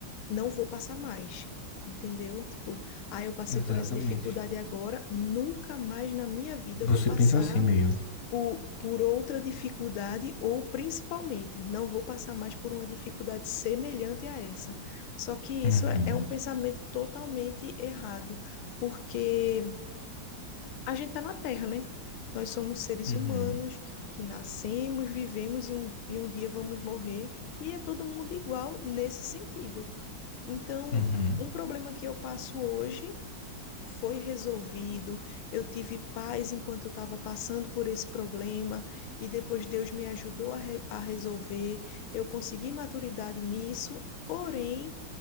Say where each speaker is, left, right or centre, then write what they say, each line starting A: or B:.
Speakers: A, on the left (about 80°); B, on the left (about 50°).
A: não vou passar mais, entendeu? Tipo, ah, eu passei
B: exatamente.
A: por essa dificuldade agora, nunca mais na minha vida
B: Você
A: eu vou passar
B: pensa assim mesmo.
A: por, por outra dificuldade, ou principalmente, não vou passar mais por uma dificuldade semelhante a essa. Só que
B: Uhum,
A: isso é, é um pensamento totalmente errado, porque a gente está na Terra, né? Nós somos seres
B: uhum,
A: humanos que nascemos, vivemos e um, e um dia vamos morrer, e é todo mundo igual nesse sentido. Então,
B: uhum,
A: um problema que eu passo hoje foi resolvido. Eu tive paz enquanto eu estava passando por esse problema e depois Deus me ajudou a, re- a resolver. Eu consegui maturidade nisso, porém,